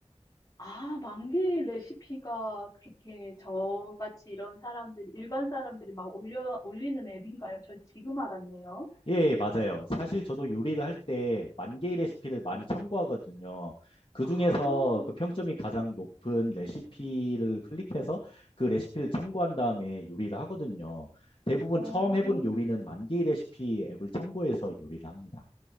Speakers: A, on the left; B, on the left.
A: 아, 만개의 레시피가 그렇게 저같이 이런 사람들이, 일반 사람들이 막 올려, 올리는 앱인가요? 저 지금 알았네요.
B: 예, 예, 맞아요. 사실 저도 요리를 할 때 만개의 레시피를 많이 참고하거든요. 그
A: 아,
B: 중에서 그 평점이 가장 높은 레시피를 클릭해서 그 레시피를 참고한 다음에 요리를 하거든요. 대부분
A: 어,
B: 처음 해본 요리는 만개의 레시피 앱을 참고해서 요리를 합니다.